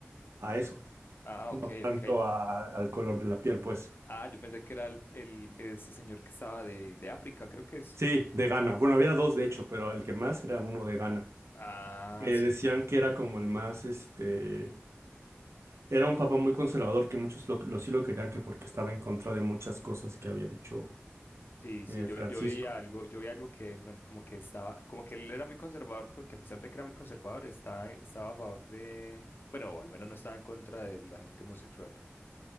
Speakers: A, on the right; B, on the left.
A: a eso,
B: ah,
A: no
B: ok,
A: tanto
B: ok.
A: a- al color de la piel, pues.
B: Ah, yo pensé que era el, el- ese señor que estaba de, de África, creo que es.
A: Sí, de Ghana. Bueno, había dos de hecho, pero el que más era uno de Ghana.
B: Ah,
A: Eh,
B: sí,
A: decían que era como el más, este, era un papa muy conservador, que muchos lo, lo- sí lo querían, que porque estaba en contra de muchas cosas que había dicho
B: sí, sí.
A: eh,
B: Yo,
A: Francisco.
B: yo vi algo, yo vi algo que de pronto como que estaba, como que él era muy conservador, porque a pesar de que era muy conservador, estaba, estaba a favor de, bueno, o al menos no estaba en contra de la gente homosexual.